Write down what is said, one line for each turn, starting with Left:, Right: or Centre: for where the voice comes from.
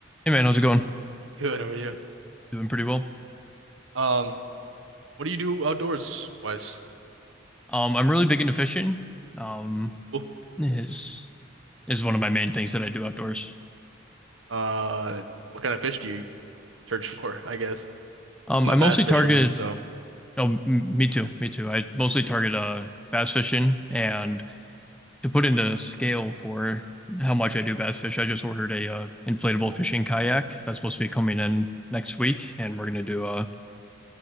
Centre: Hey man, how's it going?
Right: Good, how are you?
Centre: Doing pretty well.
Right: Um, what do you do outdoors wise?
Centre: Um, I'm really big into fishing. Um,
Right: Oh,
Centre: is is one of my main things that I do outdoors.
Right: uh, what kind of fish do you search <laughs> for, I guess?
Centre: Um,
Right: I'm a
Centre: I mostly
Right: bass fisherman,
Centre: target.
Right: so
Centre: Oh, m me too, me too. I mostly target uh bass fishing, and to put into scale for how much I do bass fish, I just ordered a uh, inflatable fishing kayak that's supposed to be coming in next week, and we're gonna do a